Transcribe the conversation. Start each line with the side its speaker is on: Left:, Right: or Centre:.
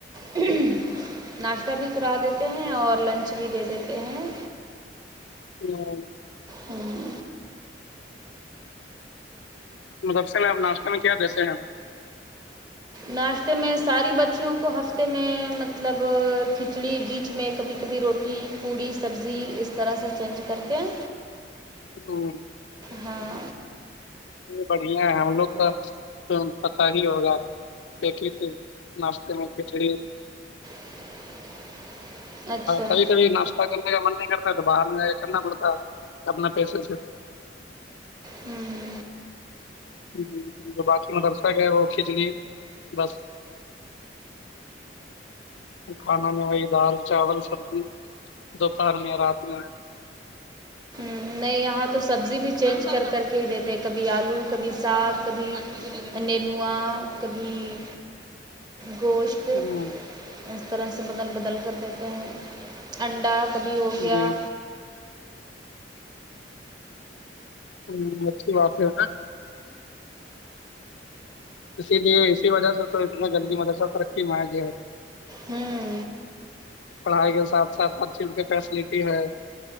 Right: ہ <unintelligible> <unintelligible> ناشتہ بھی کرا دیتے ہیں اور لنچ بھی دے دیتے ہیں
Left: ا <unintelligible> <unintelligible>
Right: ہوں <unintelligible>
Left: مدرسے میں آپ ناشتتے میں کیا دیتے ہیں
Right: ناشتے میں ساری بچیوں کو ہفتے میں مطلب کھچڑی بھی کچ میں کبھی کبھی روٹی پوڑی سبزی اس طرح سے چینج کرتے ہیں
Left: ہ <unintelligible> <unintelligible>
Right: ہاں
Left: بڑھیا ہے ہم لوگ کا تو پتا ہی ہوگا ایکھی ت ناشتے میں کھچڑی
Right: <inaudible> <inaudible> اچھا
Left: کبھی کبھی ناشتہ کرنے کا من نہیں کرتا تو باہر میں جیا کرنا پڑتا اپنا پیسے سے
Right: ہوں <unintelligible>
Left: جی ج جو باقی مدرسہ گ وہ کھینچ لیے بس کھانا میں وہی دال چاول سبزی دوپہر میں رات میں
Right: نہیں یہاں تو سبزی بھی چینج کر کر کے ہی دیتے کبھی آلو کبھی ساگ کبھی نینوا کبھی گوشت
Left: ہوں،
Right: اس طرح سے بدل بدل کر دیتے ہیں انڈا کبھی ہو گیا
Left: جی ہ مچھی بات ہے اسی لیے اسی وجہ سے تو اتنا گلدی مدرسہ ترقی میں آ گیا ہے
Right: ہوں
Left: پڑھائی کے ساتھ ساتھ ہر چیز کے فیسلٹی ہے